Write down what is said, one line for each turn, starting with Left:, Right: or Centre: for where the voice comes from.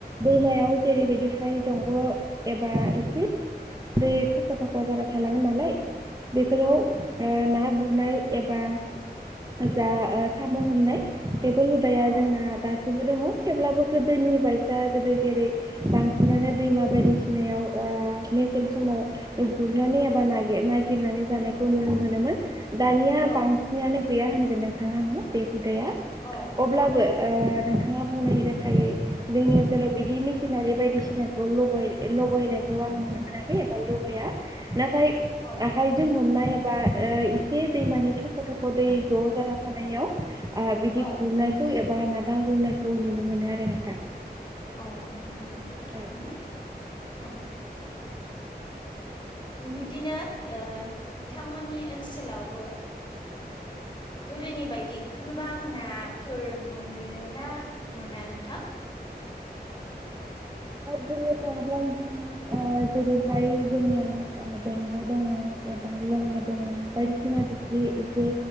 Right: दैमायाव जेरैबायदिहाय दंग' एबा एसे बे थख' थख' जाना थालाङो नालाय बेफोराव
Left: औ
Right: ना गुर एबा जा साम' हमनाय बेफोर हुउदाया
Left: औ
Right: जोंना गासिबो दङ थेवब्लाबो गोदोनि बायसा गोदो जेरै बांसिनानो दैमा बायदिसिनायाव ओ समाव गुरनानै एबा नागिरनानै जानायखौ नुनो मोनोमोन दानिया
Left: औ
Right: बांसिनानो गैया होनगोन आङो बे हुदाया
Left: औ
Right: अब्लाबो ओ नोंथाङा बुंनाय लेखायै जोंनि ओनसोलाव बिदि मेसिनारि बायदिसिनाखौ लगाय लगायनायखौ आं नुनो मोनाखै एबा लगाया नाथाय
Left: औ
Right: आखायजों हमनाय एबा ए दैमानि थख' थख' दै ज' जाना थानायाव आ बिदि
Left: औ
Right: गुरनायखौ नागुर नायखौ नुनो मोनो‌ नोंथां
Left: औ नंगौ नोंथां थारैनो
Right: औ
Left: औ बिब्दिनो नोंथांमोननि ओनसोलावबो गोदोनि बायदि गोबां नाफोर मोनो ना मोना नोंथां
Right: बुंनो थाङोब्ला नोंथां जेरैहाय जोंनिया दंग' दङ एबा लङा दङ बायदिसिना दुब्लि एसे